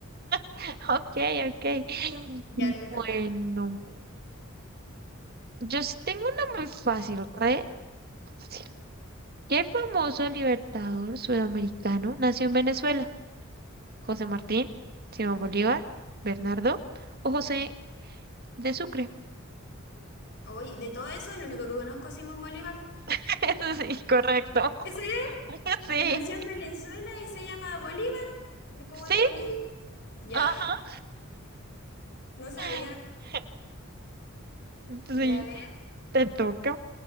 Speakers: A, on the right; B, on the left.
A: <laughs> Ok, ok.
B: Ya te toca.
A: Bueno, yo sí tengo una muy fácil, re fácil. ¿Qué famoso libertador sudamericano nació en Venezuela? ¿José Martín, Simón Bolívar, Bernardo o José de Sucre?
B: Hoy, de todo eso, lo único que conozco es Simón Bolívar.
A: <laughs> Sí, correcto.
B: Ese es.
A: <laughs> Sí,
B: Y nació en Venezuela y se llama Bolívar, de- como
A: sí,
B: de Bolivia. Ya,
A: ajá.
B: no sabía.
A: <laughs> Sí,
B: Ya, a ver.
A: te toca.